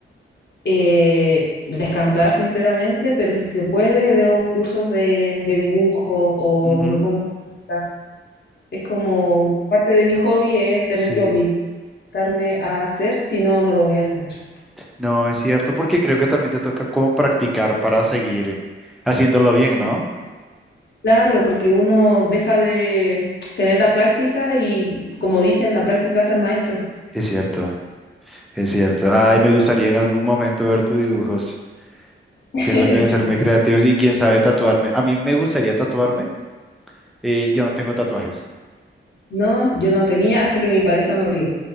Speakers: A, on the left; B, in the centre.
A: eh, descansar sinceramente, pero si se puede, veo cursos de, de dibujo o
B: Ujú,
A: me pongo a pintar. Es como parte de mi hobby es tener
B: Sí.
A: que obligarme a hacer, si no, no lo voy a hacer.
B: No, es cierto, porque creo que también te toca como practicar para seguir haciéndolo bien, ¿no?
A: Claro, porque uno deja de tener la práctica y como dicen, la práctica hace al maestro.
B: Es cierto, es cierto. Ay, me gustaría en algún momento ver tus dibujos.
A: <laughs>
B: Siento que deben ser muy creativos y quién sabe tatuarme. A mí me gustaría tatuarme. eh, yo no tengo tatuajes.
A: No, yo no tenía hasta que mi pareja me obligó.